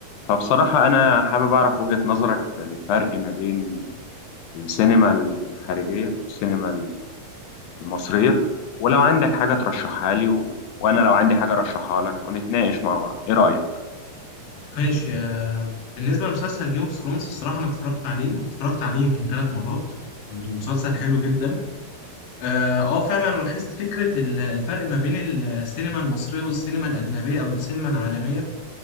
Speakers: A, on the left; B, on the left.
A: فبصراحة أنا حابب أعرف وجهة نظرك في الفرق ما بين السينما الخارجية والسينما المصرية ولو عندك حاجة ترشحها لي و... وأنا لو عندي حاجة أرشحها لك ونتناقش مع بعض إيه رأيك؟
B: ماشي آه، بالنسبة لمسلسل جيم اوف ثرونز الصراحة أنا اتفرجت عليه واتفرجت عليه يمكن ثلاث مرات المسلسل حلو جدا اه آه، فعلا أنا لاحظت فكرة ال- الفرق ما بين السينما المصرية والسينما الأجنبية أو السينما العالمية